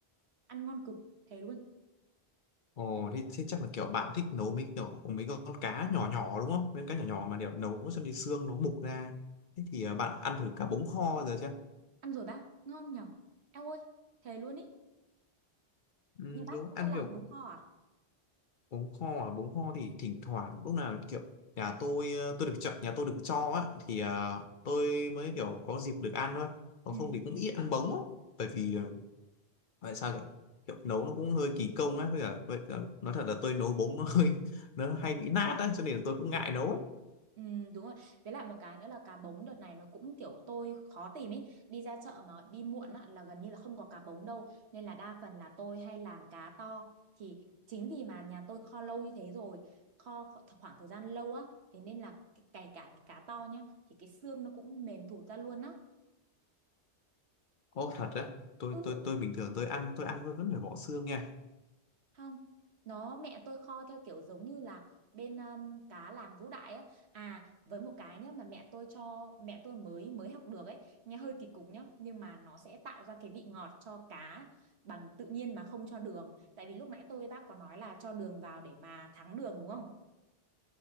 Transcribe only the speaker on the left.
Ồ thì, thế chắc là kiểu bạn thích nấu mấy kiểu mấy con cá nhỏ nhỏ đúng không? Mấy con cá nhỏ nhỏ mà để nấu cho nên xương nó mục ra. Thế thì ờ, bạn ăn thử cá bống kho giờ chưa?
Ừ,
đúng
ăn
kiểu
bún kho à bún kho thì thỉnh thoảng lúc nào kiểu nhà tôi ờ, tôi được chọn nhà tôi được cho á thì ờ, tôi mới kiểu có dịp được ăn thôi còn
không thì cũng ít ăn bống á bởi vì ờ, tại sao kiểu kiểu nấu nó cũng hơi kỳ công á với cả, với cả nói thật là tôi nấu bống nó <laughs> hơi nó hay bị nát á cho nên là tôi cũng ngại nấu
ô thật á tôi
tôi tôi bình thường tôi ăn tôi ăn tôi vẫn phải bỏ xương nha